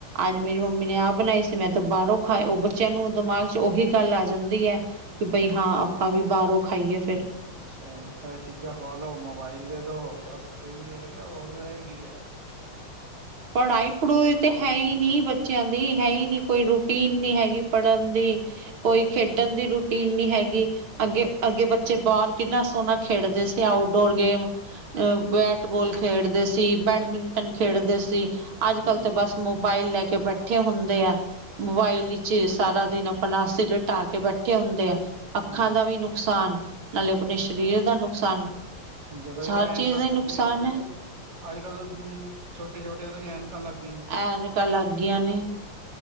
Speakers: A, on the right (about 75°); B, on the right (about 50°).
A: ਅੱਜ ਮੇਰੀ ਮੰਮੀ ਨੇ ਆ ਬਨਾਈ ਸੀ, ਮੈਂ ਤਾਂ ਬਾਅਰੋਂ ਖਾਏ ਓ ਬੱ ਬੱਚਿਆਂ ਨੂੰ ਦਿਮਾਗ ਚ ਓਹੀ ਗੱਲ ਆ ਜਾਂਦੀ ਐ ਕਿ ਬਈ ਹਾਂ ਆਪਾਂ ਵੀ ਬਾਆਰੋਂ ਖਾਈਏ ਫੇਰ।
B: ਬਸ ਐ, ਐ ਚੀਜ਼ਾਂ ਖਵਾ ਲੋ, ਮੋਬਾਈਲ ਦੇ ਦੋ ਬਸ ਐਹੀ ਰੈ ਗਿਆ ਹੋਰ ਰੈ ਕਿ ਗਿਆ।
A: ਪੜਾਈ- ਪੂੜਈ ਤੇ ਹੈ ਈ ਨੀ ਬੱਚਿਆਂ ਦੀ, ਹੈ ਈ ਨੀ, ਕੋਈ ਰੂਟੀਨ ਨੀ ਹੈਗੀ ਪੜ੍ਹਨ ਦੀ, ਕੋਈ ਖੇਡਨ ਦੀ ਰੂਟੀਨ ਨੀ ਹੈਗੀ। ਅੱਗੇ- ਅੱਗੇ ਬੱਚੇ ਬਾਅਰ ਕਿੰਨਾ ਸੋਣਾ ਖੇਡਦੇ ਸੀ ਆਊਟਡੋਰ ਗੇਮ ਅ ਬੈਟ ਬੋਲ ਖੇਡਦੇ ਸੀ, ਬੈਡਮਿੰਟਨ ਖੇਡਦੇ ਸੀ, ਤੇ ਅੱਜ
B: ਹਮ
A: ਕੱਲ ਤੇ ਬਸ ਮੋਬਾਇਲ ਲੈ ਕੇ ਬੈਠੇ ਹੁੰਦੇ ਐ। ਮੋਬਾਈਲ ਇਚ ਸਾਰਾ ਦਿਨ ਅਪਣਾ ਸਿਰ ਢਾਅ ਕੇ ਬੈਠੇ ਹੁੰਦੇ ਐ। ਅੱਖਾਂ
B: ਹਮ
A: ਦਾ ਵੀ ਨੁਕਸਾਨ, ਨਾਲੇ ਅਪਨੇ ਸ਼ਰੀਰ ਦਾ ਨੁਕਸਾਨ।
B: ਜਦੋਂ ਹੀ
A: ਹਰ
B: ਤਾਂ
A: ਚੀਜ਼
B: ਐਨਕਾਂ
A: ਦਾ ਹੀ
B: <inaudible>
A: ਨੁਕਸਾਨ ਹੈ
B: ਅੱਜ ਕੱਲ੍ਹ ਤੂੰ ਛੋਟੇ-ਛੋਟਿਆਂ ਤੋਂ ਈ ਐਨਕਾਂ ਲੱਗ ਗਈਆਂ।
A: ਐਨਕਾਂ ਲੱਗ ਗਈਆਂ ਨੇ।